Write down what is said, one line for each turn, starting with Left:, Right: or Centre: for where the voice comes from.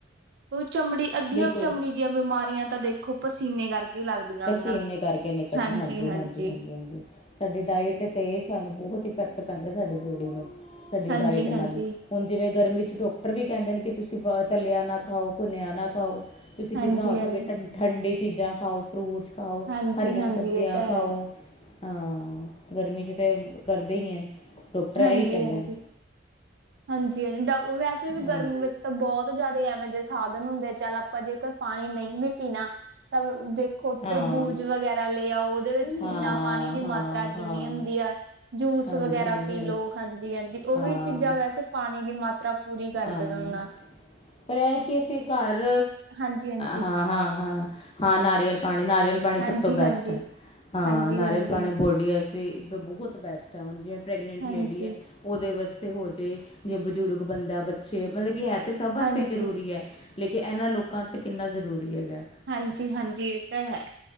Right: ਉਹ ਚਮੜੀ ਅੱਧੀਆਂ
Left: ਬਿਲਕੁਲ
Right: ਚਮੜੀ ਦੀਆਂ ਬਿਮਾਰੀਆਂ ਤਾਂ ਦੇਖੋ ਪਸੀਨੇ ਕਰਕੇ ਹੀ ਲੱਗਦੀਆਂ
Left: ਪਸੀਨੇ
Right: ਗ
Left: ਕਰਕੇ ਨਿਕਲ
Right: ਹਾਂਜੀ-ਹਾਂਜੀ,
Left: ਹਾਂਜੀ, ਹਾਂਜੀ, ਹਾਂਜੀ, ਹਾਂਜੀ ਸਾਡੀ ਡਾਇਟ ਤੇ ਸਾਨੂੰ ਬਹੁਤ ਇਫੈਕਟ ਪੈਂਦਾ ਸਾਡੀ ਬੋਡੀ ਨੂੰ, ਸਾਡੀ
Right: ਹਾਂਜੀ-ਹਾਂਜੀ,
Left: ਡਾਇਟ ਨਾਲ ਹੀ ਹੁਣ ਜਿਵੇਂ ਗਰਮੀ ਚ ਡਾਕਟਰ ਵੀ ਕਹਿੰਦੇ ਕਿ ਤੁਸੀਂ ਤਲਿਆ ਨਾ ਖਾਓ, ਭੁੰਨਿਆ ਨਾ ਖਾਓ ਤੁਸੀਂ
Right: ਹਾਂਜੀ-ਹਾਂਜੀ,
Left: ਜਿੰਨਾ ਹੋ ਸਕੇ ਠੰਡੀ ਚੀਜ਼ਾਂ ਖਾਓ ਫਰੂਟਸ ਖਾਓ
Right: ਹਾਂਜੀ-ਹਾਂਜੀ
Left: ਹਰੀਆਂ ਸਬਜ਼ੀਆਂ
Right: ਇਹ ਤਾਂ
Left: ਖਾਓ
Right: ਹੈ
Left: ਹਾਂ ਗਰਮੀ ਚ ਤੇ ਕਰਦੇ ਹੀ ਡਾਕਟਰ
Right: ਹਾਂਜੀ,
Left: ਇਹੀ ਕਹਿੰਦੇ
Right: ਹਾਂਜੀ,
Left: ਨੇ
Right: ਹਾਂਜੀ, ਹਾਂਜੀ ਵੈਸੇ ਵੀ
Left: ਹਾਂ
Right: ਗਰਮੀ ਵਿੱਚ ਤਾਂ ਬਹੁਤ ਜਿਆਦਾ ਐਵੇਂ ਦੇ ਸਾਧਨ ਹੁੰਦੇ ਚੱਲ ਆਪਾਂ ਜੇਕਰ ਪਾਣੀ ਨਹੀ ਵੀ ਪੀਣਾ ਤਾਂ ਦੇ ਖੋਤਰ
Left: ਹਾਂ
Right: ਤਰਬੂਜ ਵਗੈਰਾ ਲਿਆਓ ਉਹਦੇ ਵਿੱਚ ਕਿੰਨਾ
Left: ਹਾਂ
Right: ਪਾਣੀ ਦੀ ਮਾਤਰਾ
Left: ਹਾਂ ਹਾਂ
Right: ਕਿੰਨੀ ਹੁੰਦੀ ਆ ਜੂਸ
Left: ਹਾਂਜੀ
Right: ਵਗੈਰਾ
Left: ਹਾਂਜੀ
Right: ਪੀ ਲਓ ਹਾਂਜੀ- ਹਾਂਜੀ ਉਹ
Left: ਹਾਂ
Right: ਵੀ ਚੀਜ਼ਾਂ ਵੈਸੇ ਪਾਣੀ ਦੀ ਮਾਤਰਾ ਤਰਾ ਪੂਰੀ ਕਰ
Left: ਹਾਂ
Right: ਦੇਵਾਗਾ
Left: ਪਰ ਇਹ ਕਿ ਅਸੀਂ ਘਰ
Right: ਹਾਂਜੀ-ਹਾਂਜੀ।
Left: ਹਾਂ, ਹਾਂ, ਹਾਂ, ਹਾਂ ਨਾਰੀਅਲ ਪਾਣੀ ਨਾਰੀਅਲ ਪਾਣੀ ਸਭ
Right: ਹਾਂਜੀ-ਹਾਂਜੀ,
Left: ਤੋਂ ਬੈਸਟ ਹੈ, ਹਾਂ
Right: ਹਾਂਜੀ-ਹਾਂਜੀ,
Left: ਨਾਰੀਅਲ ਪਾਣੀ ਬੋਡੀ ਚ ਤੇ ਬਹੁਤ ਬੈਸਟ ਹੈ ਹੁਣ ਜਿਵੇਂ ਪ੍ਰੈਗਨੈਂਟ
Right: ਹਾਂਜੀ,
Left: ਲੇਡੀ ਹੈ ਉਹਦੇ ਵਾਸਤੇ ਹੋਜੇ, ਜੇ ਬਜ਼ੁਰਗ ਬੰਦਾ ਬੱਚੇ ਮਤਲਬ ਕਿ ਹੈ ਤੇ ਸਭ ਵਾਸਤੇ
Right: ਹਾਂਜੀ,
Left: ਜ਼ਰੂਰੀ ਹੈ। ਲੇਕਿਨ ਇਹਨਾਂ ਲੋਕਾਂ ਵਾਸਤੇ ਕਿੰਨਾ ਜ਼ਰੂਰੀ ਹੈਗਾ
Right: ਹਾਂਜੀ- ਹਾਂਜੀ ਇਹ ਤਾਂ ਹੈ।